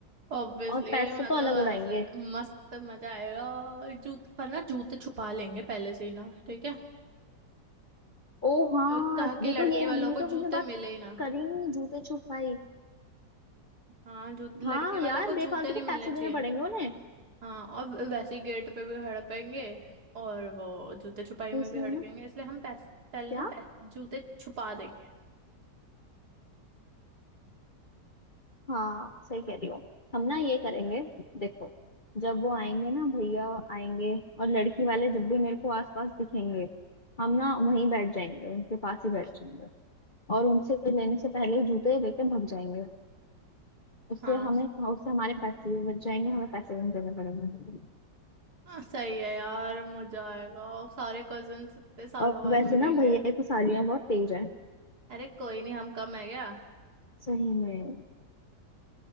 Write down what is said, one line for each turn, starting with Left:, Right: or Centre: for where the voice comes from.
Right: ऑब्वियसली
Left: और पैसे
Right: मैं
Left: तो अलग
Right: तो ऐसे
Left: उड़ाएंगे
Right: मस्त मजा आएगा और जूते पर ना जूते छुपा लेंगे पहले से ही ना ठीक है
Left: ओ हाँ
Right: अ, ताकि
Left: ये
Right: लड़के
Left: तो ये हम
Right: वालों
Left: ये तो
Right: को
Left: हमने
Right: जूते
Left: बात
Right: मिले ही ना
Left: करी नहीं जूते छुपाई
Right: हाँ जू लड़के
Left: हाँ
Right: वालों
Left: यार
Right: को जूते
Left: बेफालतू
Right: नहीं
Left: के
Right: मिलने
Left: पैसे
Right: चाहिए
Left: देने पड़ेंगे उन्हें
Right: हाँ और व- वैसे ही गेट पे भी हड़पेंगे और वो जूते छुपाई
Left: तो
Right: में
Left: इसलिए
Right: भी हड़केंगे
Left: ना
Right: इसलिए हम पैस, पहले
Left: क्या
Right: ना पै, जूते छुपा देंगे
Left: हाँ सही कह रही हो हम ना ये करेंगे देखो जब वो आएंगे ना भैया आएंगे और लड़की वाले जब भी मेरे को आसपास दिखेंगे हम ना वहीं बैठ जाएंगे उनके पास ही बैठ जाएंगे और उनसे लेने से पहले ही जूते लेके भाग जाएंगे उससे
Right: हाँ
Left: हमें
Right: स-
Left: उससे हमारे पैसे भी बच जाएंगे हमें पैसे भी नहीं देने पड़ेंगे
Right: हाँ सही है यार मजा आएगा और सारे कजिन्स इतने सालों
Left: और
Right: बाद
Left: वैसे
Right: मिलेंगे
Left: ना भैया की सालियाँ बहुत तेज है
Right: अरे कोई नहीं हम कम है क्या
Left: सही में